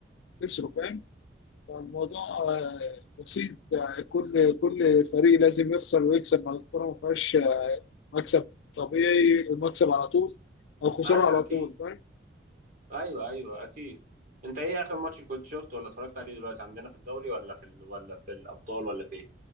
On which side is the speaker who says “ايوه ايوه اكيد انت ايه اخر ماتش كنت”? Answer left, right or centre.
Right